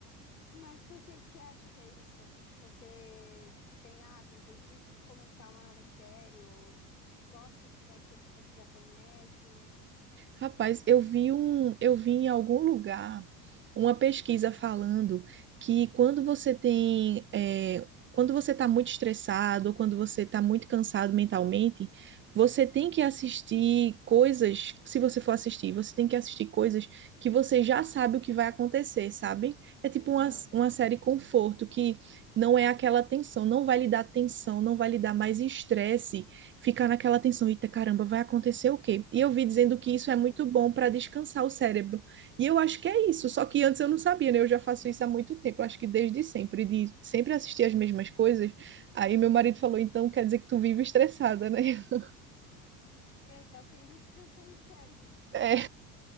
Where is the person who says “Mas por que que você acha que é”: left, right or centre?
Left